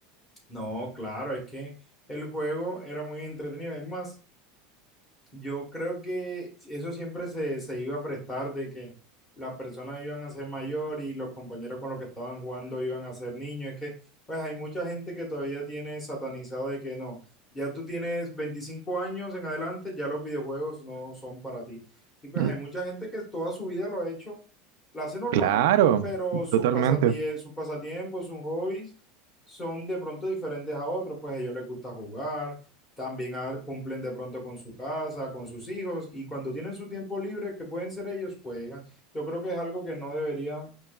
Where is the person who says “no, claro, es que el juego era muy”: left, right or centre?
Left